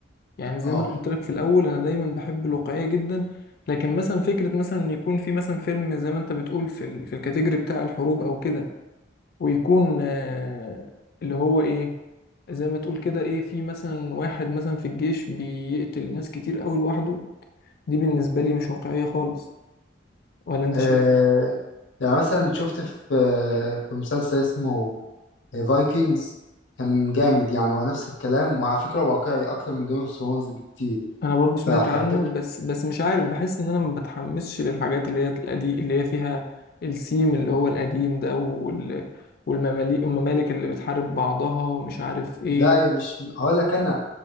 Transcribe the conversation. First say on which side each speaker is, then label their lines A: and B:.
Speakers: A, on the left; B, on the left.
A: يعني زي
B: اه
A: ما انا قلت لك في الاول انا دايما بحب الواقعية جدا لكن مثلا فكرة مثلا إن يكون في مثلا فيلم زي ما انت بتقول في ال... في الكاتيجوري بتاع الحروب او كده ويكون آه اللي هو ايه زي ما تقول كده ايه في مثلا واحد مثلا في الجيش بيقتل ناس كتير قوي لوحده دي بالنسبة لي مش واقعية خالص ولا انت
B: آه،
A: شايف؟
B: يعني مثلا شفت في في مسلسل اسمه فايكنجز كان جامد يعني هو نفس الكلام وعلى فكرة واقعي أكتر من جيم اوف ثرونز بكتير
A: انا برضو سمعت
B: فحبيت
A: عنه بس بس مش عارف بحس ان انا ما بتحمسش للحاجات اللي هي القديم اللي هي فيها السيم اللي هو القديم ده وال والمماليك والممالك اللي بتحارب بعضها ومش عارف ايه
B: لا هي مش هقول لك انا